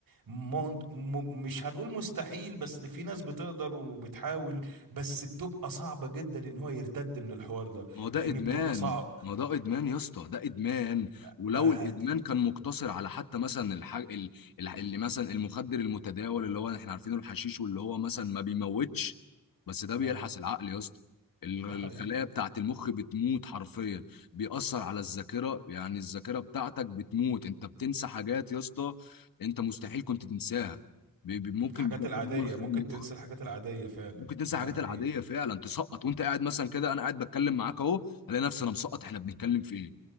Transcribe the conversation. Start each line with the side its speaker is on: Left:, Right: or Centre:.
Right: م- م- مش هنقول مستحيل بس اللي في ناس بتقدر وبتحاول بس بتبقى صعبة جدا ان هو يرتد من الحوار ده
Left: ما هو ده
Right: لان
Left: ادمان
Right: بتبقى صعب
Left: ما هو ده ادمان يا اسطى ده ادمان ولو
Right: ما هادي
Left: الادمان كان مقتصر على حتى مثلا الحاج ال- ال- اللي مثلا المخدر المتداول اللي هو احنا عارفينه الحشيش واللي هو مثلا ما بيموتش بس ده بيلحس
Right: اه
Left: العقل يا اسطى ال-
Right: ده
Left: الخلايا
Right: حقيقي
Left: بتاعت المخ بتموت حرفيا بيأثر على الذاكرة يعني الذاكرة بتاعتك بتموت انت بتنسى حاجات يا اسطى انت مستحيل كنت تنساها بي- بي- ممكن
Right: الحاجات
Left: ده
Right: العادية
Left: بيدمر خلايا
Right: ممكن
Left: المخ
Right: تنسى الحاجات العادية فعلا
Left: ممكن تنسى
Right: ده
Left: الحاجات
Right: حقيقي
Left: العاديه فعلا تسقط وانت قاعد مثلا كده انا قاعد بتكلم معاك اهو الاقي نفسي انا مسقط احنا بنتكلم في ايه